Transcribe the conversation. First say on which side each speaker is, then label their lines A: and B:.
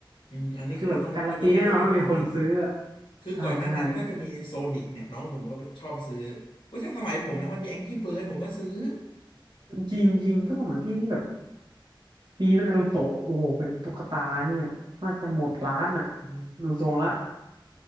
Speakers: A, on the left; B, on the right.
A: อืมอันนี้คือต้องต้องยกให้แมคโดนัลด์จริง
B: คือแบบการันตีแน่นอนว่ามีคนซื้ออะ
A: คือก่อนหน้านั้นก็จะมีโซนิกเนี่ยน้องผมก็ชอบซื้อ
B: ใช่ใช่
A: ว่าถ้าสมัยผมนะมันมีแองกี้เบิร์ดผมก็ซื้อ
B: จริงจริงถ้าสมัยพี่นี่แบบมีเป็นนารูโตะโอ้โหเป็นตุ๊กตานี่แบบน่าจะหมดร้านอ่ะ
A: อืมใช่
B: ดูทรงละ